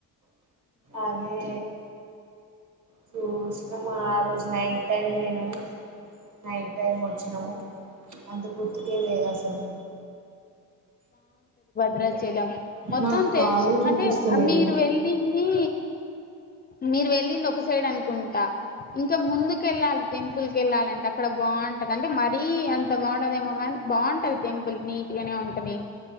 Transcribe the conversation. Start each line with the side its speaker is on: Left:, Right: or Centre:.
Right: అదే చూసినాము ఆ రోజు నైట్ టైం పోయినం. నైట్ టైం వచ్చినం అంత గుర్తుకే లేదసలు
Left: ద్రాచలం మొత్తం
Right: నాకు
Left: తెలిసి
Right: కాలే చూపిస్తలేదు
Left: అంటే మీరు వెళ్ళింది. మీరు వెళ్ళింది. ఒక సైడ్ అనుకుంట ఇంకా ముందుకు వెళ్ళాలి. టెంపుల్ కేళ్ళాలంటే అక్కడ బావుంటది. అంటే మరీ అంత బాగుండదేమో కాని బావుంటది. టెంపుల్ నీట్ గానే ఉంట్ టాది